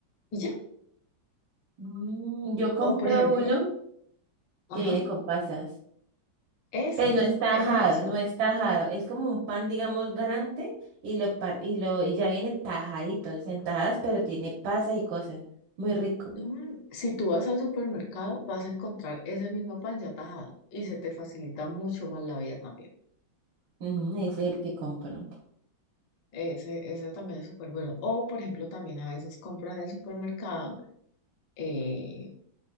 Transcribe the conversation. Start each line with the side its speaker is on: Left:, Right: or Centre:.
Left: y ya.
Right: Mm, yo compro
Left: O por ejemplo,
Right: uno
Left: ajá,
Right: que viene con pasas,
Left: ese,
Right: pero no es tajado,
Left: eso,
Right: no es tajado. Es como un pan, digamos, grande y lo par y lo y ya viene tajadito, o sea, en tajadas, pero tiene pasas y cosas. Muy rico.
Left: Mm, Si tú vas al supermercado, vas a encontrar ese mismo pan ya tajado y se te facilita mucho más la vida también.
Right: Ujú, ese es el que compro.
Left: Ese, ese también es súper bueno. O, por ejemplo, también a veces compran en el supermercado eh,